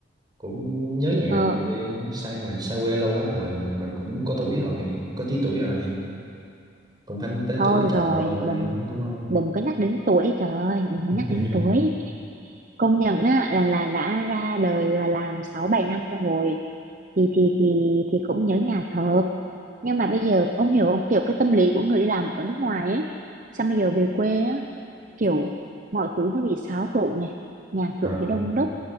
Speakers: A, on the right; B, on the right.
A: cũng nhớ nhà
B: ờ,
A: rồi, này kia sai rồi xa quê lâu quá rồi và cũng có tuổi rồi có tí tuổi rồi cũng phải tới
B: thôi
A: tuổi lấy chồng
B: rồi
A: thôi
B: đừng
A: đúng không
B: đừng có nhắc đến tuổi trời ơi đừng có
A: <laughs>
B: nhắc đến tuổi công nhận á là là đã ra đời và làm sáu bảy năm rồi thì thì thì thì cũng nhớ nhà thật nhưng mà bây giờ ông hiểu không kiểu cái tâm lý của người đi làm ở nước ngoài ấy sao bây giờ về quê á kiểu mọi thứ nó bị xáo trộn này nhà
A: à,
B: cửa thì đông đúc